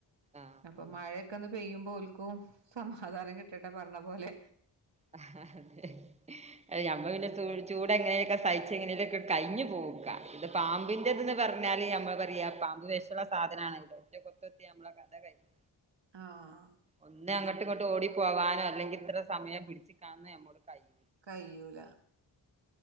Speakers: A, on the right (about 15°); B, on the right (about 75°).
A: ആഹ്
B: <unintelligible> അപ്പൊ
A: ആഹ്
B: മഴയൊക്കെന്ന് പെയ്യുമ്പോ ഓൽക്കും സമാധാനം കിട്ടട്ടെ പറഞ്ഞ പോലെ
A: ആഹ് അതെ ഞമ്മള് പിന്നെ ചൂട് എങ്ങനെലൊക്കെ സയ്ച്ച് എങ്ങനെലൊക്കെ കയ്ഞ്ഞു പോകുക്ക ഇത്
B: ആഹ്
A: പാമ്പിനെ ഇതന്ന് പറഞ്ഞാല് ഞമ്മള് പറയാ പാമ്പ് വെഷള്ള സാധനാണല്ലോ ഒറ്റ കുത്ത്ത്തിയാൽ നമ്മളെ കഥ കഴിഞ്ഞു
B: ആഹ്
A: ഒന്ന് അങ്ങോട്ട് ഇങ്ങോട്ട് ഓടി പോവാനോ അല്ലെങ്കിൽ ഇത്ര സമയം പിടിച്ചിക്കാനോ നമ്മോട് കയില്ല
B: ക്കയ്യൂല